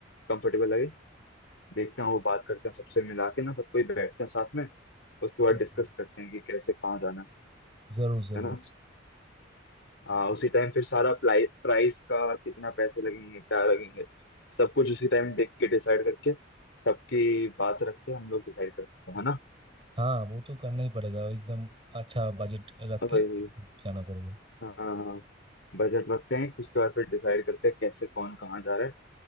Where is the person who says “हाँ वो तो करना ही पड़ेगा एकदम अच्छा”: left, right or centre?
Right